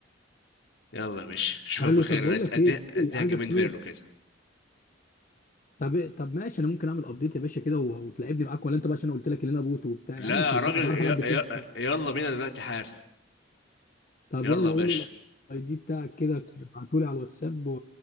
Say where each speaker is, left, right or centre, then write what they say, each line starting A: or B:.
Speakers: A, on the left; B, on the left.
A: يلا يا باشا اشوفك
B: حلو
A: بخير
B: طب بقول
A: انا أد-
B: لك
A: أديها
B: ايه
A: اديها
B: عايزك
A: جيمين
B: طيب
A: فيرلو كده
B: طب إيه، طب ماشي انا ممكن اعمل ابديت يا باشا كده و- وتلعبني معاك ولا انت بقى عشان أنا قلت لك ان انا بوت وبتاع
A: لا
B: يا عم مش
A: يا
B: للدرجه
A: راجل
B: بعرف
A: ي-
B: العب بفين
A: ي- يلا بينا دلوقتي حال
B: طب
A: يلا
B: يلا
A: يا باشا
B: قول لي الاي دي بتاعك كده ابعتهولي على الواتساب و...